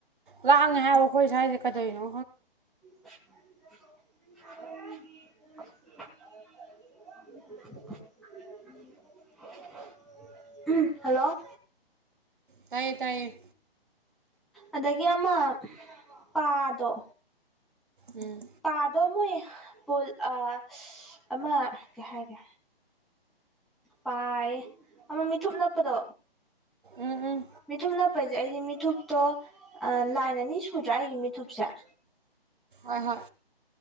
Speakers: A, on the right (about 55°); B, in the centre.
A: ꯂꯥꯡꯉꯦ ꯍꯥꯏꯕ ꯑꯩꯈꯣꯏ ꯁ꯭ꯋꯥꯏꯁꯦ ꯀꯗꯣꯏꯅꯣ
B: <unintelligible> <inaudible> ꯍꯜꯂꯣ
A: ꯇꯥꯏꯌꯦ ꯇꯥꯏꯌꯦ
B: ꯑꯗꯒꯤ ꯑꯃ ꯄꯥꯗꯣ
A: ꯎꯝ
B: ꯄꯥꯗꯣ ꯃꯣꯏ ꯑ ꯑꯃ ꯀꯩ ꯍꯥꯏꯥꯏꯒꯦ ꯄꯥꯏ ꯑꯃ ꯃꯤꯊꯨꯞ ꯅꯄꯗ
A: ꯎꯝ ꯎꯝ
B: ꯃꯤꯊꯨꯞ ꯅꯞꯄꯁꯦ ꯑꯩꯗꯤ ꯃꯤꯊꯨꯞꯇꯣ ꯂꯥꯏꯟ ꯑꯅꯤ ꯁꯨꯗ꯭ꯔꯥ ꯑꯩꯒꯤ ꯃꯤꯊꯨꯞꯁꯦ <inaudible>
A: ꯍꯣꯏ ꯍꯣꯏ